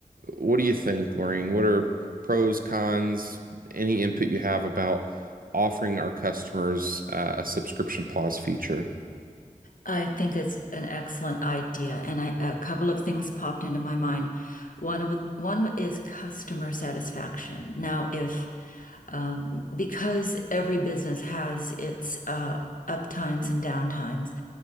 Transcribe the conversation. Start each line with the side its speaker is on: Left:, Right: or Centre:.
Right: what do you think, Lorraine? What are pros, cons, any input you have about offering our customers uh, a subscription pause feature?
Left: I think it's an excellent idea, and I, a couple of things popped into my mind. One with one is customer satisfaction. Now, if um, because every business has its uh, up times and down times,